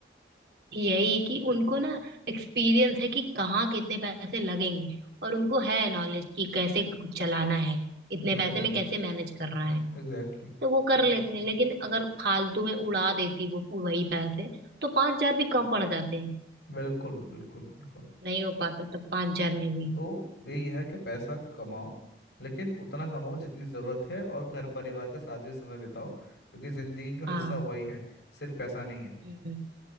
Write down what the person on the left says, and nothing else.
एग्जैक्टली
एग्जैक्टली
बिल्कुल बिल्कुल बिल्कुल
तो यही है कि पैसा कमाओ लेकिन उतना कमाओ जितनी ज़रूरत है और घर परिवार के साथ भी समय बिताओ क्योंकि ज़िंदगी का हिस्सा
वही है सिर्फ पैसा नहीं है